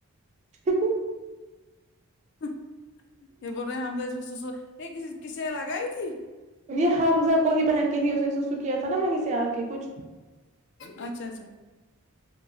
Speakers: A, on the right; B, on the left.
A: <inaudible>
B: ہ ہ یہ بول رہے ہمزہ اس پے سو سو یہ کسی کسی نے لگائی تھی
A: یہ ہمزہ کو ہی پہن کے تھی اس نے سو سو کیا تھا نا وہیں سے آ کے کچھ
B: اچھا چھا